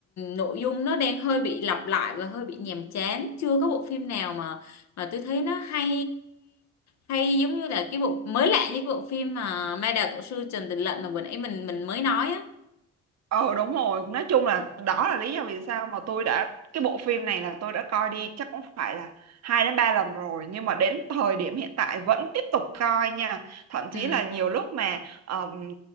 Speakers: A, on the left; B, on the right.
A: nội dung nó đang hơi bị lặp lại và hơi bị nhàm chán chưa có bộ phim nào mà mà tôi thấy nó hay hay giống như là cái bộ mới lạ như cái bộ phim mà Ma Đào Tổ Sư Trần Tình Lệnh mà bữa nãy mình mình mới nói á
B: Ờ đúng rồi, nói chung là đó là lý do vì sao mà tôi đã cái bộ phim này là tôi đã coi đi chắc cũng phải là hai đến ba lần rồi nhưng mà đến thời điểm hiện tại vẫn tiếp tục coi nha. Thậm
A: ừ,
B: chí là nhiều lúc mà ờm,